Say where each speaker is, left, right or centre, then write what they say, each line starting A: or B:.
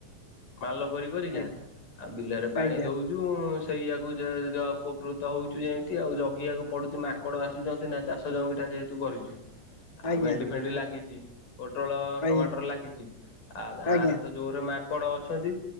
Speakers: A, on the left; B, on the left.
A: ମାଲ କରି କରିକା
B: ଆଜ୍ଞା
A: ଆଉ ବିଲରେ ପାଣି
B: ଆଜ୍ଞା
A: ଦଉଚୁ ସେଇଆଗକୁ ଉପକୃତ ହେଉଛୁ ଯେମତି ଆଉ ଜଗିବାକୁ ପଡୁଛି ମାଙ୍କଡ ଆସୁଛନ୍ତି ନା, ଚାଷ ଜମିଟା ଯେହେତୁ କରିଛୁ। ଆଉ
B: ଆଜ୍ଞା
A: ଭେଣ୍ଡି ଫେଣ୍ଡି ଲାଗିଛି। ପୋଟଳ
B: ଆଜ୍ଞା
A: ଟମାଟର ଲାଗିଛି ଆଉ ଗାଁ
B: ଆଜ୍ଞା
A: ରେ ତ ଯୋର ରେ ମାଙ୍କଡ ଅଛନ୍ତି।